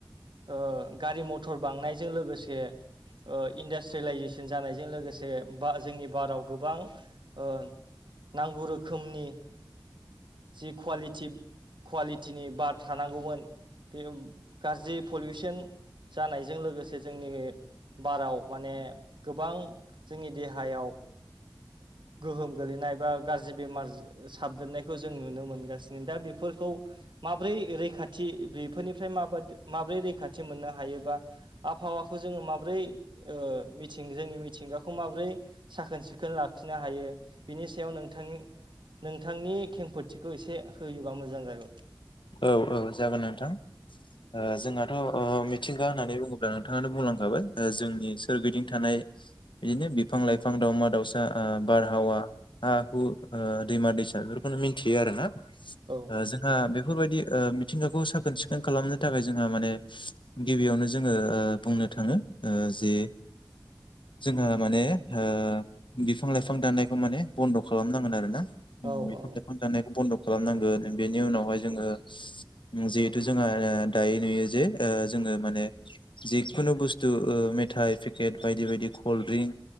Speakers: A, on the right; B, on the left.
A: ओ गारि मथर बांनायजों लोगोसे ओ इन्डास्ट्रियेलाइजेसन जानायजों लोगोसे ब जोंनि भाराव गोबां ओ नांगौ रोखोमनि जि कुवालिटि कुवालिटिनि बार थानांगौमोन बे गाज्रि पलिउसन जानायजों लोगोसे जोंनि बाराव माने गोबां जोंनि देहायाव गोहोम गोलैनाय बा गाज्रि बेमार साबदेरनायखौ जों नुनो मोनगासिनो दा बेफोरखौ माब्रै रैखाथि बेफोरनिफ्राय माब माब्रै रैखाथि मोननो हायोबा आबहावाखौ जोङो माबोरै ओ मिथिं जोंनि मिथिंगाखौ माबोरै साखोन सिखोन खोन लाखिनो हायो बिनि सायाव नोंथांनि नोंथांनि खेंफोथिखौ एसे होयोबा मोजां जागौ
B: औ औ जागोन नोंथां ओ जोंहाथ' अ मिथिंगा होननानै बुङोब्ला नोंथाङानो बुंलांखाबाय जोंनि सोरगिदिं थानाय बिदिनो बिफां लाइफां दाउमा दाउसा ओ बारहावा हा हु दैमा दैसा बेफोरखौनो मिथियो आरो ना
A: औ
B: जोंहा बेफोरबायदि ओ मिथिंगाखौ साखोन सिखोन खालामनो थाखाय जोंहा माने गिबियावनो जोङो बुंनो जोंङो जे जोंहा माने ओ बिफां लाइफां दाननायखौ माने बन्द' खालामनांगोन आरो ना
A: औ
B: बिफां
A: औ
B: लाइफां दानायखौ बन्द' खालामनांगोन बेनि उनावहाय जोङो जिहेथु जोंहा दायो नुयो जे ओ जोङो माने जिखुनु बुस्थु मेथाइ पेकेट बायदि बायदि कल्ड ड्रिंक